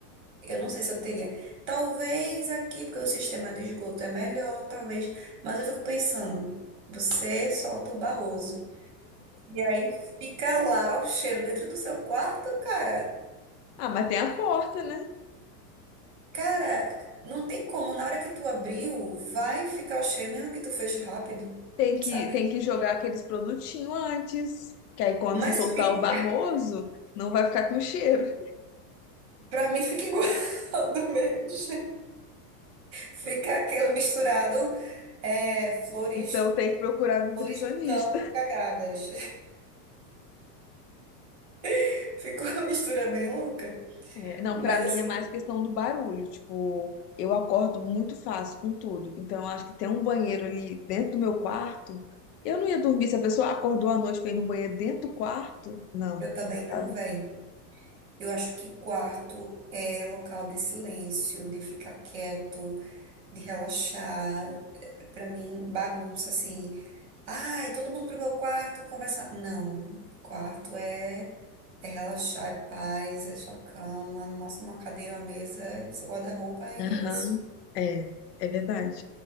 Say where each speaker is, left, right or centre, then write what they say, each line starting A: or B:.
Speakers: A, on the right; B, on the left.
A: eu não sei se eu teria. Talvez aqui, porque o sistema de esgoto é melhor, talvez, mas eu fico pensando, você solta o barroso. E aí fica lá o cheiro dentro do seu quarto, cara.
B: Ah, mas tem a porta, né?
A: Cara, não tem como, na hora que tu abriu, vai ficar o cheiro, mesmo que tu feche rápido,
B: Tem que,
A: sabe?
B: tem que jogar aqueles produtinhos antes. Que aí quando
A: Mas
B: você soltar
A: fi-
B: o barroso, não vai ficar com cheiro.
A: para mim fica igual <laughs> do mesmo jeito. Fica aquele misturado é, flores,
B: Então tem que procurar nutricionista.
A: flores do campo cagadas. <laughs> Ficou uma mistura bem louca.
B: É, Não,
A: Mas
B: pra mim
A: assim,
B: é mais questão do barulho. Tipo, eu acordo muito fácil com tudo. Então, eu acho que ter um banheiro ali dentro do meu quarto, eu não ia dormir. Se a pessoa acordou à noite pra ir no banheiro dentro do quarto, não.
A: eu também não
B: sabe?
A: venho. Eu acho que quarto é local de silêncio, de ficar quieto, de relaxar. para mim, bagunça assim. Ai, todo mundo pro meu quarto conversar. Não, quarto é. É relaxar, é paz, é sua cama, no máximo uma cadeira, uma mesa, é seu guarda-roupa e
B: Aham,
A: é isso.
B: é, é verdade.